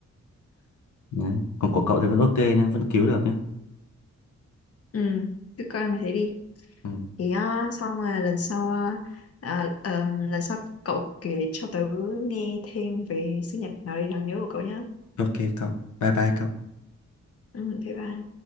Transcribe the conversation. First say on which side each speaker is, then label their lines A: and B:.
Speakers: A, on the left; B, on the left.
A: đấy. còn của cậu thì vẫn ok nha vẫn cứu được nhá,
B: ừ cứ coi là thế đi
A: ừ.
B: thì à, xong rồi lần sau à, à, ờ, lần sau cậu kể cho tớ nghe thêm về sinh nhật nào đấy đáng nhớ của cậu nhá
A: ok cậu bye bye cậu
B: ừ thế ba